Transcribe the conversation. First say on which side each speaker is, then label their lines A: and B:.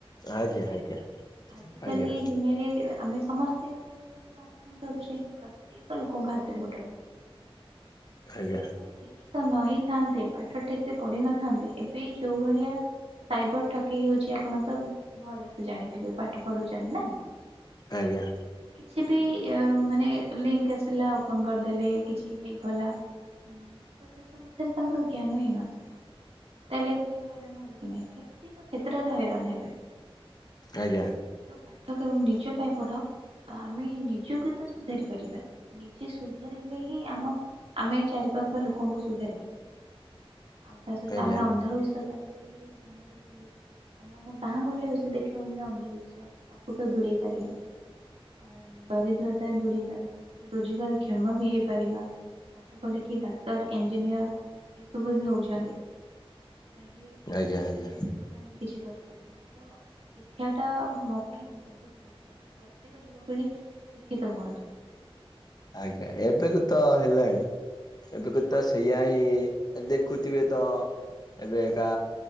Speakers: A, on the left; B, on the right.
A: ଆଜ୍ଞା, ଆଜ୍ଞା।
B: ଆଜି
A: ଆଜ୍ଞା
B: କାଲି ଦୁନିଆରେ ଆମେ ସମସ୍ତେ ଗୋଟେ ଗୋଟେ ସ୍ମାର୍ଟ ଫୋନ ଧରୁଛେ ପ୍ରତ୍ୟେକ ଲୋକଙ୍କ ହାତରେ ଗୋଟେ ଗୋଟେ ସ୍ମାଟ ଫୋନ।
A: ଆଜ୍ଞା
B: ଯଦି ଆମେ ଶିଖି ତ ନ ହେଇଥାନ୍ତେ ପାଠ ଠିକ ସେ ପଢିିନଥାନ୍ତେ ଏବେ ଯୋଉ ଭଳିଆ ସାଇବର ଠକେଇ ହଉଛି ଆପଣ ତ ଭଲସେ ଜାଣିଥିବେ ପାଠ ପଢୁଛନ୍ତି ନା।
A: ଆଜ୍ଞା।
B: କିଛିବି ମାନେ ଲିଙ୍କ ଆସିଲା ଉପନ କରିଦଲେ କିଛି ହେଇଗଲା। ହୁଁ ତ ସେସବୁ ବିଷୟରେ ତାଙ୍କର ଜ୍ଞାନ ହେଇନଥିବ। ତାହେଲେ ଏଥିରେ ହଇରାଣ ହବ କି ନାହିଁ ପ୍ରତ୍ୟେକ କ୍ଷେତ୍ରରେ ହଇରାଣ ହେବେ।
A: ଆଜ୍ଞା।
B: ତ ପାଠ କେବଳ ନିଜ ପାଇଁ ପଢ ଆମେ ନିଜକୁ ତ ସୁଧାରି ପାରିବା ନିଜେ ସୁଧରିଲେ ହିଁ ଆମ ଆମେ ଚାରି ପାଖ ଲୋକଙ୍କୁ ସୁଧାରି ପାରିବା ଆଉ ତା ସହିତ
A: ଆଜ୍ଞା
B: ଆମେ ଅନ୍ଧବିଶ୍ଵାସ ଆଜିକାଲି ଦୁନିଆରେ ବହୁତ ମାନେ ଆମ ଗାଁ ଗହଳି ରେ ବେଶୀ ଦେଖିବା ମିଳେ ଅନ୍ଧ ବିଶ୍ୱାସ। ତାକୁ ତ ଦୂରେଇ ପାରିବା। ଆ ଦରିଦ୍ରତା ଦୂରେଇ ପାରିବା ରୋଜଗାର କ୍ଷମା ବି ହେଇପାରିବା। ପାଠ ପଢିକି ଡାକ୍ତର ଇଞ୍ଜିନିୟର ଏ ସବୁ ବି ହଉଛନ୍ତି। ତାହେଲେ
A: ଆଜ୍ଞା
B: ଆମେ
A: ଆଜ୍ଞା
B: ଦେଶ ପାଇଁ ବି କିଛି କରିପାରିବା ତ ଶିକ୍ଷା ଟା ମୋ ପାଇଁ ବହୁତ ଦରକାର ପ୍ରତ୍ୟେକ ଯୁବପିଢି ଶିକ୍ଷିତ ହୁଅନ୍ତୁ।
A: ଆଜ୍ଞା ଏବେକୁ ତ ହେଲାଣି ଏବେକୁ ତ ସେଇ ଇଆ ହିଁ ଦେଖୁଥିବେ ତ। ଏବେ ଏକା